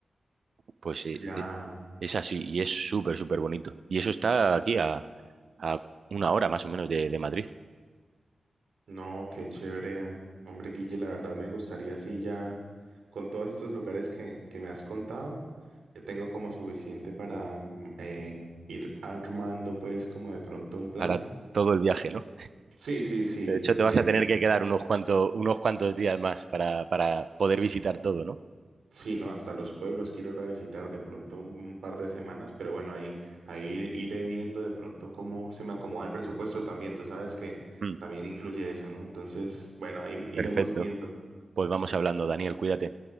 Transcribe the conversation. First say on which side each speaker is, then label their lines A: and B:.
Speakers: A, on the right (about 70°); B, on the right (about 85°).
A: Pues eh,
B: Ya,
A: eh, es así y es súper, súper bonito. Y eso está aquí a, a una hora más o menos de de Madrid.
B: No, qué chévere. Hombre, Guille, la verdad me gustaría así ya, con todos estos lugares que, que me has contado, ya tengo como suficiente para mm, eh, ir armando pues como de pronto un plan.
A: para todo el viaje, ¿no?
B: Sí, sí, sí,
A: De
B: desde,
A: hecho, te vas a tener
B: de-
A: que quedar unos cuantos, unos cuantos días más para, para poder visitar todo, ¿no?
B: sí, no, hasta los pueblos quiero ir a visitar de pronto un, un par de semanas, pero bueno, ahí, ahí iré viendo de pronto cómo se me acomoda el presupuesto también, tú sabes que
A: Mm,
B: también incluye eso, ¿no? Entonces, bueno, ahí iremos
A: perfecto.
B: viendo.
A: Pues vamos hablando, Daniel, cuídate.